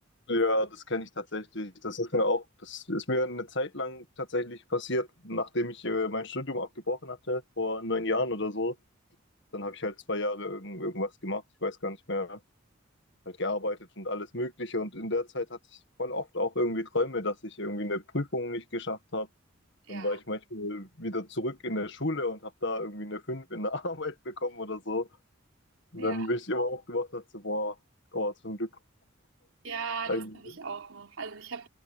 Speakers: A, on the left; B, on the right.
A: Ja, das kenne ich tatsächlich. Das ist mir auch, das ist mir eine Zeit lang tatsächlich passiert, nachdem ich äh, mein Studium abgebrochen hatte, vor neun Jahren oder so. Dann habe ich halt zwei Jahre irgend, irgendwas gemacht, ich weiß gar nicht mehr, halt gearbeitet und alles Mögliche. Und in der Zeit hatte ich voll oft auch irgendwie Träume, dass ich irgendwie eine Prüfung nicht geschafft habe.
B: Ja.
A: Dann war ich manchmal wieder zurück in der Schule und habe da irgendwie eine 5 in der <laughs> Arbeit bekommen oder so. Und
B: Ja.
A: dann bin ich immer aufgewacht und dachte, so, boah, oh, zum Glück.
B: Ja,
A: Ein,
B: das habe ich auch noch. Also ich habe